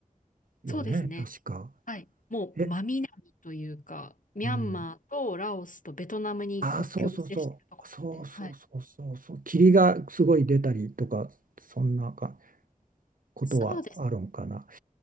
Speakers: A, on the right; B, on the left.
A: よね、
B: そうですね。
A: 確か。
B: はい。もう真南というか、
A: え、
B: ミャンマーとラオスとベトナムに国境を接しているところなんで、
A: うんああ、そうそうそう、そうそうそうそう、
B: はい。
A: そう霧がすごい出たりとか、そんなかことはあるんかな。
B: そうですね。